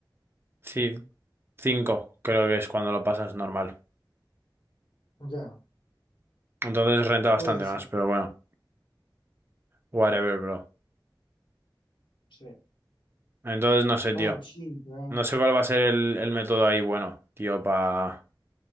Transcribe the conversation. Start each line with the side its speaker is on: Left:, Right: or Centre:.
Right: sí, 5, creo que es cuando lo pasas normal.
Left: Ya,
Right: Entonces renta bastante
Left: puede ser.
Right: más, pero bueno, whatever, bro.
Left: Sí.
Right: Entonces no sé,
Left: Ay,
Right: tío.
Left: sí, ya,
Right: No sé cuál va a ser el, el método ahí, bueno, tío, para pa